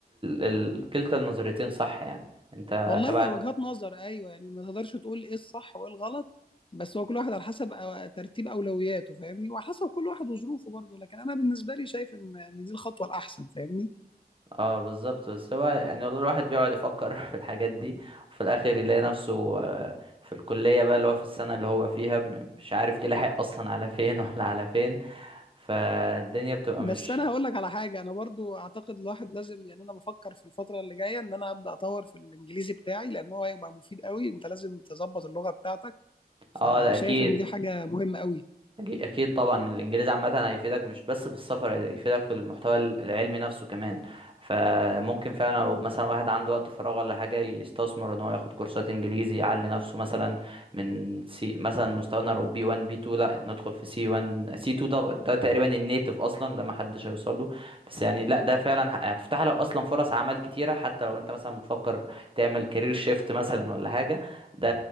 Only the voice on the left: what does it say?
والله
هي وجهات نظر ايوه يعني ما تقدرش تقول ايه الصح وايه الغلط بس هو كل واحد على حسب أو- ترتيب اولوياته فاهمني وعلى حسب كل واحد وظروفه برضه لكن انا بالنسبه لي شايف ان ان دي الخطوه الاحسن فاهمني
بس
انا هقول لك على حاجه انا برضه اعتقد الواحد لازم يعني انا بفكر في الفتره اللي جايه ان انا ابدا اطور في الانجليزي بتاعي لان هو هيبقى مفيد قوي انت لازم تظبط اللغه بتاعتك فشايف
ان دي حاجه مهمه قوي